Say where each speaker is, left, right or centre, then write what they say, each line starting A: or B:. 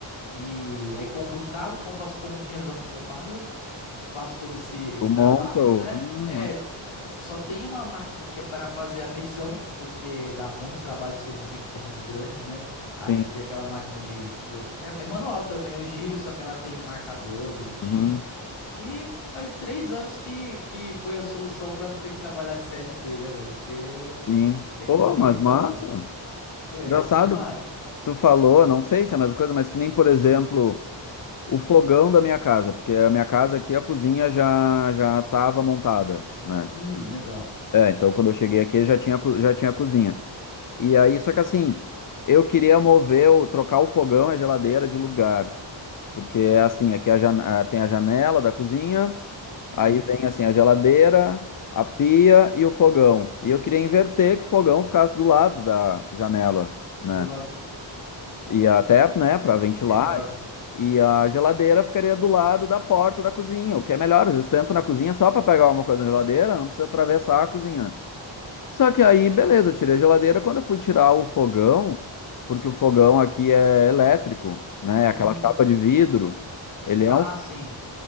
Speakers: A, on the left (about 90°); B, on the left (about 45°).
A: E aí compro o cabo, compro as pontinhas das tomadas, faço todo esse, esse
B: Tu monta
A: trabalho,
B: o.
A: né?
B: Ah,
A: É,
B: ma-
A: só tem uma máquina que é para fazer a medição, porque dá muito trabalho para você medir, que são muito grandes, né?
B: sim.
A: Aí você tem aquela máquina de... que eu- é, é manual também, eu giro, só que ela tem um marcador bonitinho.
B: Uhum,
A: E faz três anos que, que foi a solução para não ter que trabalhar de CLT, né, velho? Porque
B: sim.
A: é complicado.
B: Pô, mas massa.
A: É,
B: Engraçado.
A: massa demais.
B: Tu falou, não sei se é a mesma coisa, mas que nem, por exemplo,
A: Hum,
B: o fogão da minha casa, porque a minha casa aqui, a cozinha já já estava montada, né?
A: hum, legal.
B: É, então quando eu cheguei aqui já tinha, co- já tinha a cozinha. E aí, só que assim, eu queria mover, o- trocar o fogão e a geladeira de lugar, porque é assim, aqui é a jan- a- tem a janela da cozinha, aí
A: Hum.
B: vem assim a geladeira, a pia e o fogão. E eu queria inverter que o fogão ficasse do lado da janela, né?
A: Do lado
B: E até, né, para ventilar
A: Melhor. Ah,
B: E a geladeira ficaria do lado da porta da cozinha, o que é melhor. Às vezes tu entra na cozinha só para pegar uma coisa na geladeira, não precisa atravessar a cozinha, né? Só que aí, beleza, eu tirei a geladeira. Quando eu fui tirar o fogão, porque o fogão aqui é elétrico, né?
A: Hum.
B: Aquela chapa de vidro. Ele
A: Ah,
B: é um,
A: sim.